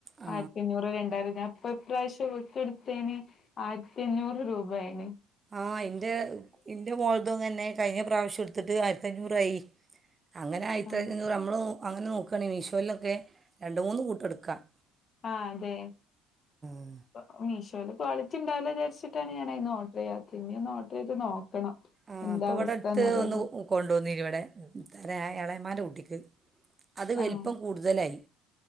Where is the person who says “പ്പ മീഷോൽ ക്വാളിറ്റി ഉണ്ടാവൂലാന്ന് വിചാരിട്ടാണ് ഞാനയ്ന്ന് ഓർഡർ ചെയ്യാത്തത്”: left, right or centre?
Left